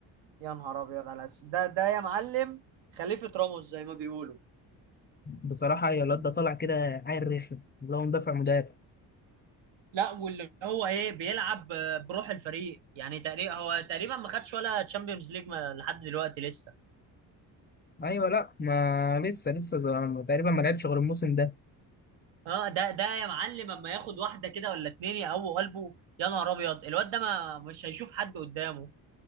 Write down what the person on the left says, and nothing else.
بصراحه يا الواد ده طالع كده عيل رخم اللي هو مدافع مدافع
ايوه لا ما لسه لسه ز- تقريبا ما لعبش غير الموسم ده